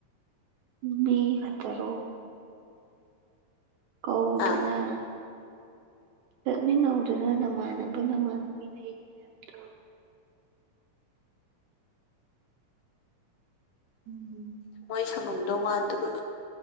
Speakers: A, on the right (about 75°); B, on the left (about 75°).
A: ꯃꯤ ꯈꯇꯔꯣ ꯀꯧꯗꯨꯉ
B: ꯍꯥ
A: ꯆꯠꯃꯤ ꯅꯧꯗꯨꯅ ꯅꯃꯥꯟꯅꯕ ꯅꯃꯥꯟꯅꯕꯤ ꯂꯩꯔꯤ ꯃꯌꯥꯝꯗꯣ ꯎꯝ
B: ꯎꯝ ꯃꯣꯏ ꯁꯪꯉꯝꯗꯧ ꯃꯥꯟ ꯑꯗꯨꯒ